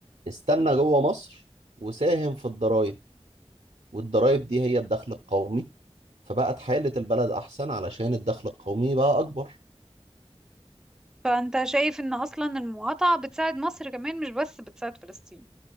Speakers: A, on the right; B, in the centre.
A: استنى جوه مصر وساهم في الضرايب والضرايب دي هي الدخل القومي فبقت حالة البلد أحسن علشان الدخل القومي بقى أكبر
B: فأنت شايف إن أصلا المقاطعة بتساعد مصر كمان مش بس بتساعد فلسطين